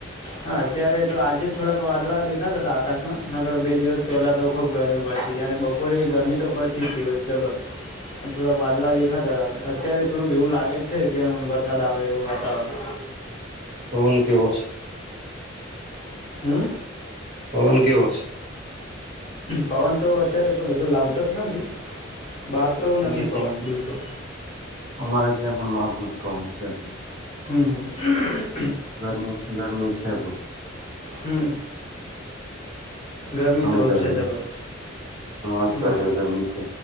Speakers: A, on the left (about 35°); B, on the right (about 30°).
A: હા અત્યારે તો આજે થોડાક વાદળા દેખાતા હતા આકાશમાં નગર બે દિવસ પહેલા તો ખુબ ગરમી પડતી અને બપોરે ગરમી તો પડતી જ હોયબર પણ થોડાક વાદલા દેખાતા અત્યારે થોડુંક એવું લાગે છે કેમ વરસાદ આવે એવું વાતાવરણ
B: પવન કેવો શું
A: હમ
B: પવન કેવ છે
A: પવન તો અત્યારે એટલો બધો લાગતો જ નથી બહાર તો
B: અમારે
A: નથી પવન
B: ત્યાં
A: બિલકુલ
B: અમારે ત્યાં પણ માપમ પવન છે
A: હમ હમ
B: ગરમી ગરમી છે બહ
A: હમ ગરમી
B: ઘણી
A: તો
B: ગરમી
A: છે જબર
B: અસહ્ય
A: હમ
B: ગરમી છે